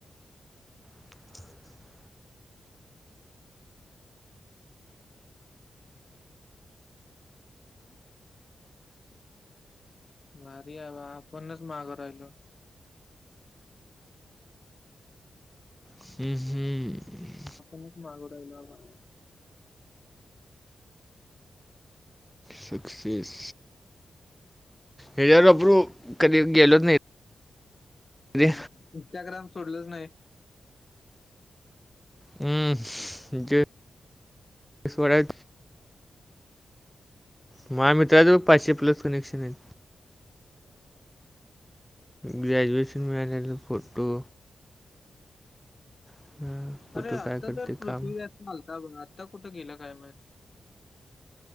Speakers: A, in the centre; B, on the left (about 30°).
A: हो
B: भारी आहे, आपणच मागं राहिलो.
A: हम्म हम्म
B: मीच मागं राहिलो आबा.
A: सक्सेस हजर अपर कधी गेलोच नाही रे
B: हम् इंस्टाग्राम सोडलंच नाही
A: ह जेस वाढ महा मित्राचो पाचशे प्लस कनेक्शन आहे ग्रॅज्युएशन मिळालेलं फोटो
B: <inaudible>
A: अं, फोटो
B: अरे आत्ता
A: काय करते
B: तरर पृथ्वी
A: काम
B: चालता ब आत्ता कुठं गेलं काय माहि